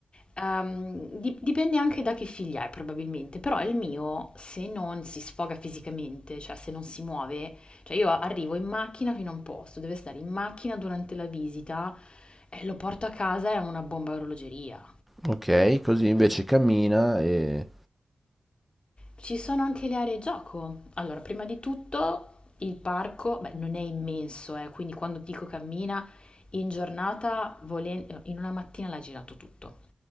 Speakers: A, on the left; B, in the centre.
A: ehm, di- dipende anche da che figlia hai probabilmente, però il mio se non si sfoga fisicamente, cioè se non si muove, cioè io arrivo in macchina fino a un posto, deve stare in macchina durante la visita e lo porto a casa, è una bomba a orologeria.
B: Ok, così invece cammina e...
A: Ci sono anche le aree gioco. Allora, prima di tutto il parco, beh, non è immenso, eh, quindi quando ti dico cammina in giornata, volen- no, in una mattina l'ha girato tutto.